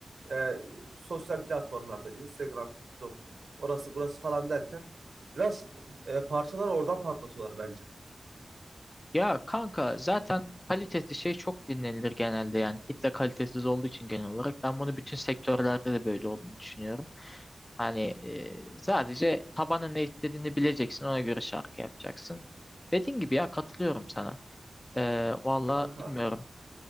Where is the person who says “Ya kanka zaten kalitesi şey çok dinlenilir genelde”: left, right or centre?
Left